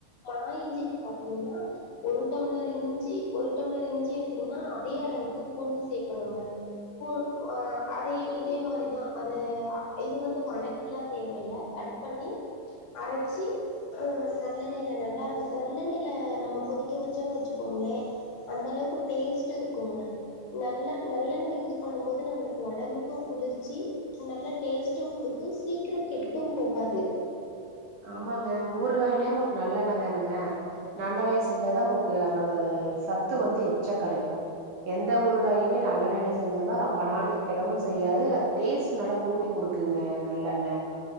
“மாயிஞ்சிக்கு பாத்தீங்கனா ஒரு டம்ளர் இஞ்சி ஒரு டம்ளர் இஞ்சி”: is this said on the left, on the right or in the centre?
Left